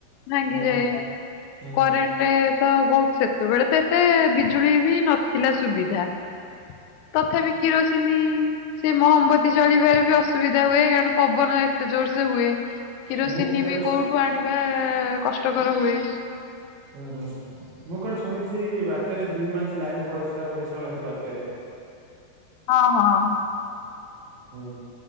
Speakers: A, on the left; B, on the right.
A: ଭାଙ୍ଗିଯାଏ
B: ହଁ ହୁଁ
A: କରେନ୍ ଗୋଟେ ତ ବହୁତ ସେତେବେଳେ ତ ଏତେ ବିଜୁଳି ବି ନ ଥିଲା ସୁବିଧା। ତଥାପି କିରୋସିନୀ ସେ ମହମବତି ଜଳିବାରେ ବି ଅସ୍ ଅସୁବିଧା ହୁଏ କାରଣ ପବନ ଏତେ ଜୋର ସେ ହୁଏ କିରୋସିନି
B: ହୁଁ ମୁଁ କୁଆଡେ
A: ବି କୋଉଠୁ ଆଣିବୁ <unintelligible> କଷ୍ଟକର ହୁଏ।
B: ହୁଁ ହୁଁ ମୁଁ କୁଆଡେ ଶୁଣିଛି ବାତ୍ୟାରେ ଦି ମାସ ଲାଇନ ପଳେଇଥିଲା ଉଣେଇଶ ଅନେଶୋତ ବାତ୍ୟାରେ।
A: ହଁ ହଁ।
B: ହୁଁ।